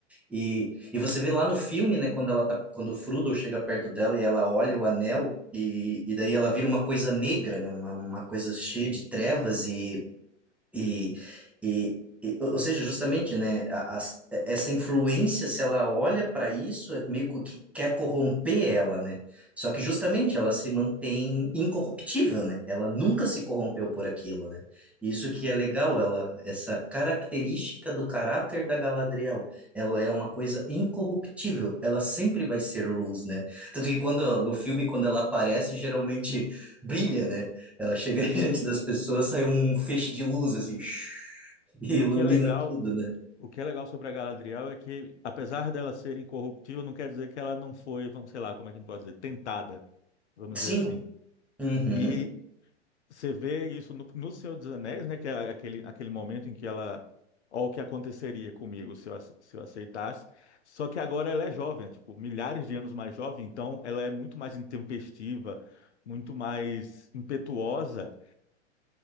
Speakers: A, in the centre; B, on the left (about 65°).
A: E, e você vê lá no filme, né, quando ela tá, quando o Frodo chega perto dela e ela olha o anel, e, e daí ela vira uma coisa negra, né, uma, uma coisa
B: Uhum.
A: cheia de trevas, e, e, e, e- ou seja, justamente, né, a- as- essa influência, se ela olha para isso, é meio que quer corromper ela, né? Só que justamente ela se mantém incorruptível, né? Ela nunca se corrompeu por aquilo, né? Isso que é legal, ela, essa característica do caráter da Galadriel, ela é uma coisa incorruptível, ela sempre vai ser luz, né? Tanto que quando no filme, quando ela aparece, geralmente brilha, né? Ela chega
B: Sim.
A: <laughs> diante das pessoas, sai um feixe de luz, assim, <laughs> <tsk> e
B: E
A: ilumina
B: o que é legal,
A: tudo, né?
B: O que é legal sobre a Galadriel é que, apesar dela ser incorruptível, não quer dizer que ela não foi, vamos, sei lá, como é que a gente pode dizer, tentada, vamos
A: Sim.
B: dizer assim.
A: Uhum.
B: E você vê isso no, no Senhor dos Anéis, né, que é aquele, aquele momento em que ela, ó, o que aconteceria comigo se eu, ace- se eu aceitasse. Só que agora ela é jovem, é, tipo, milhares de anos mais jovem, então ela é muito mais intempestiva, muito mais impetuosa.